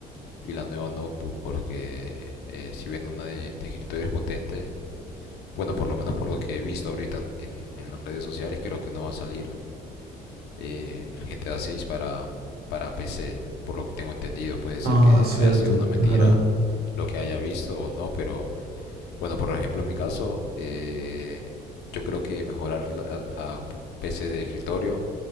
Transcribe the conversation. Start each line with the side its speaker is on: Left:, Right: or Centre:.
Left: y la nueva notebook porque eh, si bien una de, de escritorio es potente, Bueno, por lo menos por lo que he visto ahorita en, en- las redes sociales, creo que no va a salir eh, el GTA 6 para, para PC. Por lo que tengo entendido, puede ser
Right: Ah,
Left: que
Right: cierto,
Left: haya sido una mentira
Right: es verdad.
Left: lo que haya visto o no, pero bueno, por ejemplo, en mi caso, eh, yo creo que mejorar la, la PC de escritorio